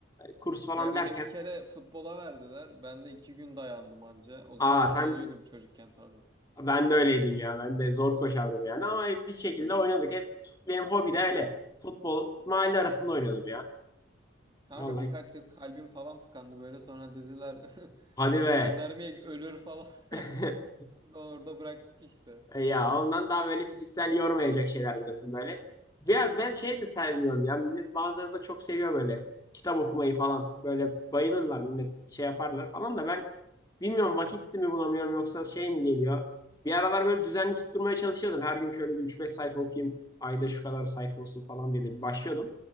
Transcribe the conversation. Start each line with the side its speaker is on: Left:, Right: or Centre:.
Left: kurs falan
Right: Ya beni
Left: derken
Right: bir kere futbola verdiler. Ben de iki gün dayandım anca. O zaman
Left: Aa
Right: kiloluydum
Left: sen
Right: çocukken tabii.
Left: Ben de öyleydim ya. Ben de zor koşardım yani. Ama hep bir şekilde
Right: Çocuk
Left: oynadık. Hep benim hobi de öyle. Futbol mahalle arasında oynuyordum ya.
Right: kanka
Left: Vallahi.
Right: birkaç kez kalbim falan tıkandı böyle. Sonra dediler <laughs>
Left: Hadi
Right: bunu
Left: be.
Right: göndermeye ölür falan.
Left: <laughs>
Right: <laughs> Sonra Orada bıraktık işte.
Left: E Ya ondan daha böyle fiziksel yormayacak şeyler diyorsun böyle. Ya
Right: Aynen.
Left: ben şey de sevmiyorum ya. Millet bazıları da çok seviyor böyle kitap okumayı falan. Böyle bayılırlar millet şey yaparlar falan da ben bilmiyorum vakit mi bulamıyorum yoksa şey mi geliyor. Bir aralar böyle düzenli tutturmaya çalışıyordum. Her gün şöyle bir üç beş sayfa okuyayım. Ayda şu kadar sayfa olsun falan diye de başlıyordum.